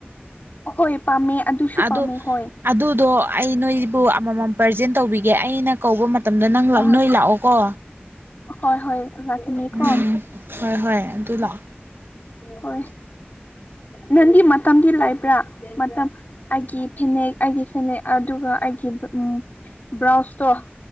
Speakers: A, on the left; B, on the right.
A: ꯑꯍꯣꯏ ꯄꯥꯝꯃꯦ ꯑꯗꯨꯁꯨ
B: ꯑꯗꯨ
A: ꯄꯥꯝꯃꯦ ꯍꯣꯏ
B: ꯑꯗꯨꯗꯣ ꯑꯩ ꯅꯣꯏꯕꯨ ꯑꯃꯃꯝ ꯄ꯭ꯔꯖꯦꯟ ꯇꯧꯕꯤꯒꯦ ꯑꯩꯅ ꯀꯧꯕ ꯃꯇꯝꯗ ꯅꯪ
A: ꯑ
B: ꯅꯣꯏ ꯂꯥꯛꯑꯣꯀꯣ
A: ꯍꯣꯏ ꯍꯣꯏ ꯂꯥꯛꯀꯅꯤꯀꯣ
B: ꯎꯝ ꯍꯣꯏ ꯍꯣꯏ ꯑꯗꯨ ꯂꯥꯛꯑꯣ
A: ꯍꯣꯏ ꯅꯪꯗꯤ ꯃꯇꯝꯗꯤ ꯂꯩꯕ꯭ꯔꯥ ꯃꯇꯝ ꯑꯩꯒꯤ ꯐꯅꯦꯛ ꯑꯩꯒꯤ ꯐꯅꯦꯛ ꯑꯗꯨꯒ ꯑꯩꯒꯤ
B: <unintelligible>
A: ꯎꯝ ꯕ꯭ꯔꯥꯎꯁꯇꯣ